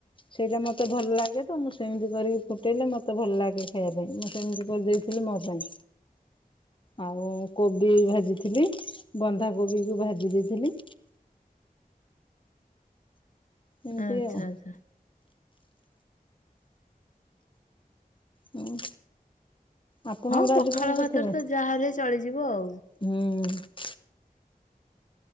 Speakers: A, on the left (about 35°); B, on the left (about 55°).
A: ସେଇଟା ମୋତେ ଭଲ ଲାଗେ ତ ମୁଁ ସେମିତି କରିକି ଫୁଟେଇଲେ ମତେ ଭଲ ଲାଗେ ଖାଇବା ପାଇଁ। ମୁଁ ସେମିତି କରିଦେଇ ଥିଲି ମୋ ପାଇଁ। ଆଉ କୋବି ଭାଜିଥିଲି ବନ୍ଧାକୋବିକୁ ଭାଜି ଦେଇଥିଲି। ଏମିତି
B: ଆଚ୍ଛା
A: ଆଉ
B: ଆଚ୍ଛା।
A: ହୁଁ। ଆପଣଙ୍କର
B: ହଁ ପଖାଳ
A: ଆଜି କଣ କରିଥିଲେ?
B: ଭାତରେ ତ ଯାହାହେଲେ ଚଳିଯିବ ଆଉ।
A: ହୁଁ